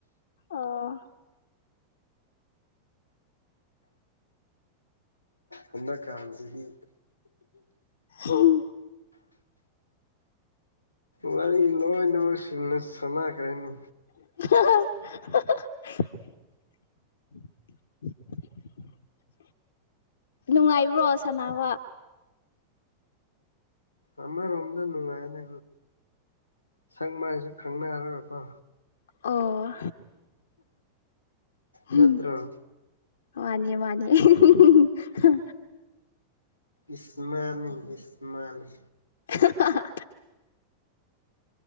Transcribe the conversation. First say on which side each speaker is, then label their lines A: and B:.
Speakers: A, on the left; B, on the left.
A: ꯑꯣ
B: ꯍꯟꯅ ꯀꯥꯟꯁꯤꯗꯤ
A: ꯍꯝ
B: ꯋꯥꯔꯤ ꯂꯣꯏ ꯅꯃꯛ ꯁꯤꯡꯅ ꯁꯅꯥꯈ꯭ꯔꯦꯅꯦ
A: ꯍꯥ ꯍꯥ <inaudible> ꯅꯨꯡꯉꯥꯏꯕ꯭ꯔꯣ ꯁꯅꯥꯅꯕ
B: ꯑꯃꯔꯣꯝꯗ ꯅꯨꯡꯉꯥꯏꯅꯦ ꯁꯛ ꯃꯥꯏꯁꯨ ꯈꯪꯅꯔꯒꯀꯣ
A: ꯑꯣ ꯍꯝ
B: ꯅꯠꯇ꯭ꯔꯣ
A: ꯃꯥꯟꯅꯦ ꯃꯥꯟꯅꯦ ꯍꯤ ꯍꯤ
B: ꯏꯁ ꯃꯥꯟꯅꯤ ꯏꯁ ꯃꯥꯟꯅꯤ
A: ꯍ ꯍ